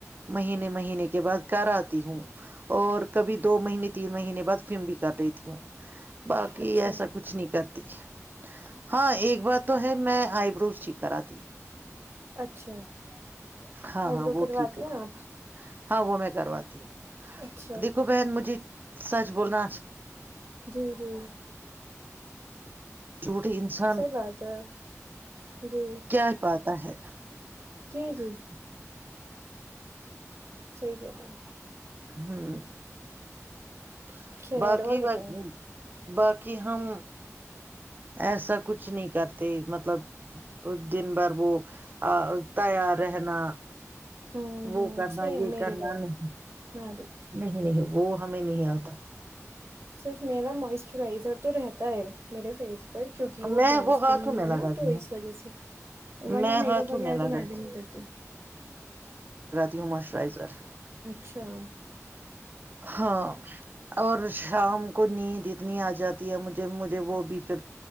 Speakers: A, on the right; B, on the right.
A: مہینے مہینے کے بعد کرا <unintelligible> ہوں اور کبھی دو مہینے تین مہینے بعد فلم بھی کر رہی تھی باقی
B: اچھا
A: ایس <unintelligible> ایسا کچھ نہیں کرتی <unintelligible> ہاں ایک بات تو ہے میں آئی بروز ٹھیک کراتی ہوں
B: اچھا <unintelligible>
A: ہاں
B: ہیبرو
A: ہاں وہ
B: کرواتی
A: ٹھیک کراتی
B: ہیں آپ
A: ہوں ہاں وہ میں کرات <unintelligible>
B: اچھا
A: دیکھو بہن مجھے سچ بولنا
B: جی جی
A: چھوٹے انسان
B: صحیح بات ہے جی
A: کیا پاتا ہے
B: جی جی
A: <unintelligible>
B: صحی کہ بھائی <unintelligible>
A: ہاں <unintelligible>
B: خیر
A: باقی
B: اور
A: میں
B: بتائیں
A: <unintelligible> باقی ہم ایسا کچھ نہیں کرتے مطلب <unintelligible> تو دن بر وہ <unintelligible> ا تیار رہنا
B: ہوں
A: وہ
B: ہوں
A: کرنا
B: سیم
A: یہ
B: میری
A: کرنا
B: طرح
A: نہیں
B: میں بھی
A: نہیں نہیں وہ ہمیں نہیں آتا
B: صرف میرا موسچرائزر تو رہتا ہے میرے فیس کیوںکہ وہ
A: میں
B: ڈرائی اسکن
A: ہاتھوں میں
B: ہے
A: لگاتی
B: نا تو
A: ہوں
B: اس وجہ سے تو ورنہ
A: میں
B: میک
A: ہاتھوں
B: اپ وغیرہ
A: لگاتی
B: تو میں بھی نہیں کرتی <unintelligible>
A: موسچرائزر <unintelligible>
B: اچھا
A: ہاں اور شام کو نیند اتنی آ جاتی ہے مجھے مجھے وہ بھی پھر